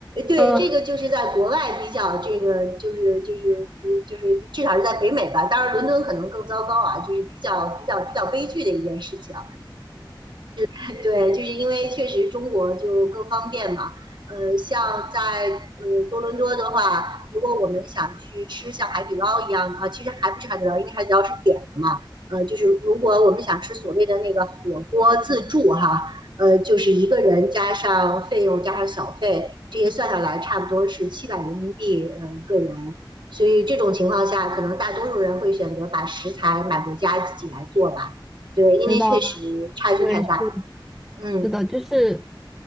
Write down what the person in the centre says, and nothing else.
嗯，
知道了，对。
是的，就是